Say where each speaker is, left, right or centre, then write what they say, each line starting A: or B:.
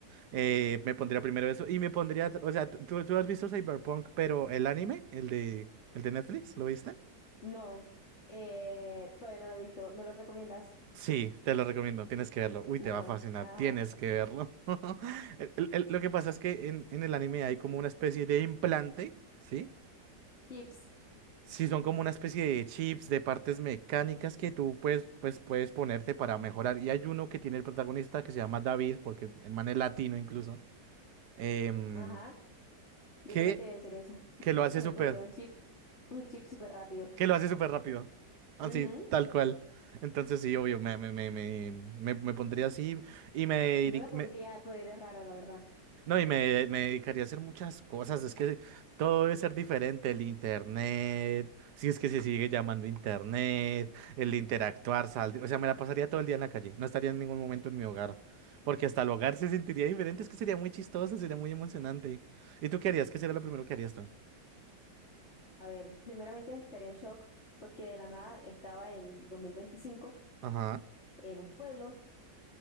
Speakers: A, on the right; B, on the left.
A: Eh, me pondría primero eso. Y me pondría, o sea, ¿tú, tú has visto Cyberpunk, pero el anime, el de, el de Netflix, ¿lo viste?
B: No, eh, todavía no lo he visto, ¿me lo recomiendas?
A: Sí, te lo recomiendo, tienes que verlo. Uy,
B: Bueno,
A: te va a fascinar,
B: ajá,
A: tienes que verlo. <laughs> El- el- el- lo que pasa es que en, en el anime hay como una especie de implante, ¿sí?
B: chips,
A: Sí, son como una especie de chips, de partes mecánicas que tú pues, pues puedes ponerte para mejorar. Y hay uno que tiene el protagonista que se llama David, porque el man es latino incluso, em,
B: ajá, yo
A: que,
B: también te voy a decir eso,
A: que lo hace
B: yo
A: súper.
B: me pondría un chip, un chip súper rápido.
A: que lo hace súper rápido. Así,
B: Ujú,
A: tal cual. Entonces sí, obvio, me, me, me, me, me, me pondría así y me,
B: Yo
A: diri-
B: me pondría
A: me-
B: poderes raros, la verdad.
A: no, y me, me dedicaría a hacer muchas cosas. Es que todo debe ser diferente. El internet, si es que se sigue llamando internet, el interactuar, salir. O sea, me la pasaría todo el día en la calle. No estaría en ningún momento en mi hogar. Porque hasta el hogar se sentiría diferente. Es que sería muy chistoso, sería muy emocionante. ¿Y tú qué harías? ¿Qué sería lo primero que harías tú?
B: A ver, primeramente estaría en shock porque de la nada estaba en 2025
A: Ajá.
B: en un pueblo